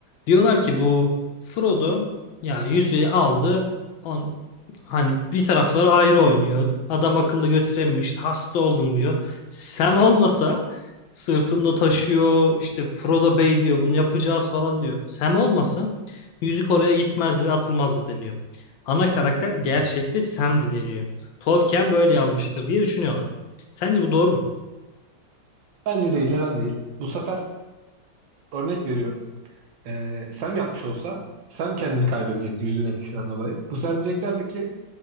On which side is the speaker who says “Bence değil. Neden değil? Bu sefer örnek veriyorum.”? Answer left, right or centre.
Right